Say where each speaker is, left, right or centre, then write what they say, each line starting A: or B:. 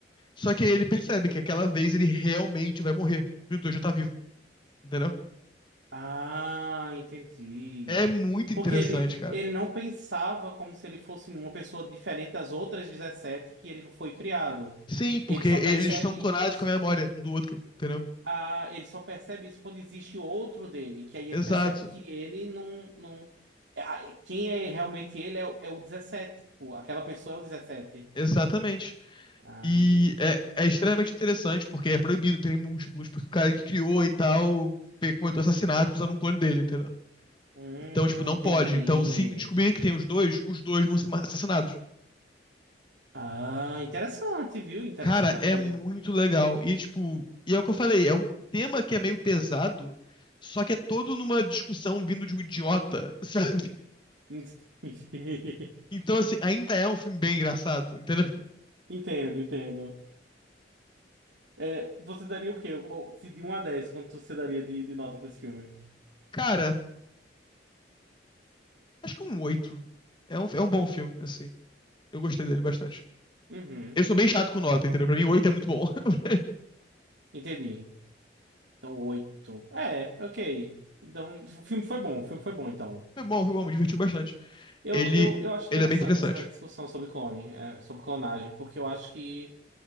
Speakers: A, on the left; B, on the right.
A: Só que aí ele percebe que aquela vez ele realmente vai morrer. E o dois já tá vivo, entendeu?
B: Ah, entendi.
A: É muito interessante,
B: Porque ele,
A: cara.
B: ele não pensava como se ele fosse uma pessoa diferente das outras 17 que ele foi criado.
A: Sim, porque
B: Ele só
A: eles
B: percebe
A: são clonados
B: isso.
A: com a memória um do outro, entendeu?
B: Ah, ele só percebe isso quando existe outro dele, que aí ele
A: Exato.
B: percebe que ele não, não... é, ah, Quem é realmente ele é, o- é o 17, tipo, aquela pessoa é o dezessete.
A: Exatamente.
B: Ah,
A: E é, é extremamente interessante, porque é proibido ter múltiplos, porque o cara que criou e tal fe- cometeu assassinato usando um clone dele, entendeu?
B: hum,
A: Então, tipo, não
B: entendi.
A: pode. Então, se descobrirem que tem os dois, os dois vão ser assassinados.
B: Ah, interessante, viu? Interessante.
A: Cara, é muito legal. E, tipo, e é o que eu falei, é um tema que é meio pesado, só que é todo numa discussão vindo de um idiota, <laughs> sabe?
B: <laughs>
A: Então, assim, ainda é um filme bem engraçado, entendeu?
B: Entendo, entendo. É, você daria o quê? Qual- Se de um a 10 quanto você daria de, de nota pra esse filme?
A: Cara, acho que é um oito. É um, é um bom filme, assim. Eu gostei dele bastante.
B: Uhum,
A: Eu sou bem chato com nota, entendeu? Pra mim, oito é muito bom. <laughs>
B: entendi. Então, 8 É, ok. Então, o filme foi bom, o filme foi bom, então.
A: Foi bom, foi bom, me divertiu bastante.
B: Eu,
A: Ele,
B: eu, eu acho
A: ele
B: interessante
A: é bem interessante.
B: essa discussão sobre clone, é, sobre clonagem, porque eu acho que,